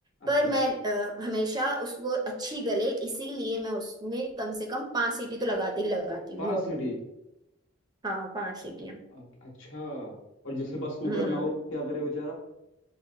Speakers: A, on the right; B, on the left.
A: पर
B: अच्छा
A: मैं अ, हमेशा उसको अच्छी गले इसीलिए मैं उसमें कम से कम पांच सीटी तो लगाती ही लगाती हूँ
B: पांच
A: नॉर्मल
B: सीटी
A: हाँ पांच सीटियां
B: अ- अच्छा और जिसके पास कुकर
A: हम्म
B: ना हो क्या करे बेचारा